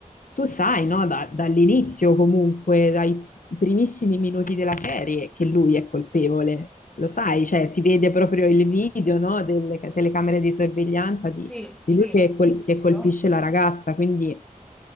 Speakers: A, on the left (about 85°); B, in the centre.
A: tu sai, no, da- dall'inizio comunque, dai primissimi minuti della serie, che lui è colpevole, lo sai, cioè si vede proprio il video, no, delle ca- telecamere di sorveglianza
B: Sì,
A: di,
B: sì,
A: di lui che, col-
B: giusto.
A: che colpisce la ragazza, quindi